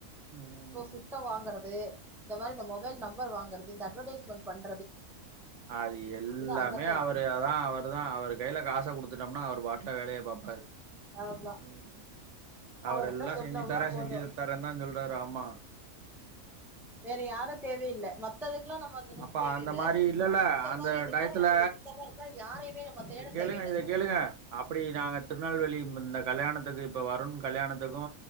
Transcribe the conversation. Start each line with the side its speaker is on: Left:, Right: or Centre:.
Right: ம்
Centre: சோ சிஸ்டோ வாங்கறது இந்த மாரி இந்த மொபைல் நம்பர் வாங்கறது இந்த அட்வர்டைஸ்மெண்ட் பண்
Right: அது எல்லாமே
Centre: அங்கதா இருக்கு
Right: அவரு அதா அவரு தா அவர் கையில காச குடுத்துட்டம்னா அவர்பாட் வேலய பாப்பாரு
Centre: ஆமா
Right: ம்
Centre: அவர்ட்ட
Right: அவரெல்லா
Centre: சொன்னோம்னா
Right: செஞ்சு தர
Centre: போது
Right: செஞ்சு தரேன் தா சொல்றாரு ஆமா
Centre: வேற யாரு தேவையில்ல மத்ததுக் இல்ல நம்ம அந்து மாரி
Right: அப்ப
Centre: தேவையில்ல
Right: அந்த மாரி இல்லல்ல
Centre: இந்த
Right: அந்த
Centre: மாரி இதுக்கலா
Right: டயத்துல
Centre: இந்த மாரிகளா யாரையுமே நம்ம தேட
Right: இத கேளுங்க
Centre: தேவையில்
Right: இத கேளுங்க அப்பிடி நாங்க திருநெல்வேலி இந்த கல்யாணத்துக்கு இப்ப வருண் கல்யாணத்துக்கு